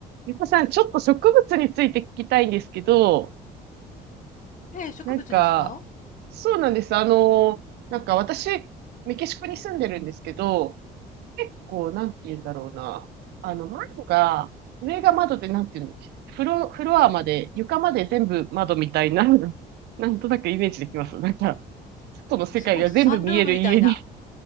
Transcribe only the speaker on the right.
ゆかさん、ちょっと植物について聞きたいんですけど、
なんか、そうなんです。あの、なんか私、メキシコに住んでるんですけど、結構、なんて言うんだろうな。あの、窓が、上が窓で、なんて言うの、フロ、フロアまで、床まで全部窓みたいな、<laughs> なんとなくイメージできます。なんか、外の世界が全部見える家に。
<laughs>